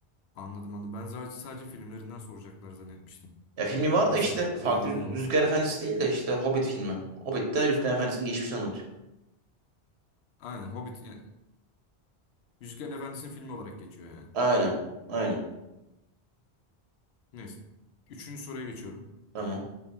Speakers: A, on the left (about 75°); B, on the right (about 75°).
A: anladım anladım. Ben sadece, sadece filmlerinden soracaklar zannetmiştim.
B: Ya filmi var
A: Neyse,
B: da işte farklı
A: bildiğim
B: Yüz-
A: iyi oldu.
B: Yüzüklerin Efendisi değil de işte Hobbit filmi. Hobbit'te Yüzüklerin Efendisi'nin geçmişini anlatıyor.
A: Aynen Hobbit yani, Yüzüklerin Efendisi'nin filmi olarak geçiyor yani.
B: Aynen. Aynen.
A: Neyse. Üçüncü soruya geçiyorum.
B: Tamam.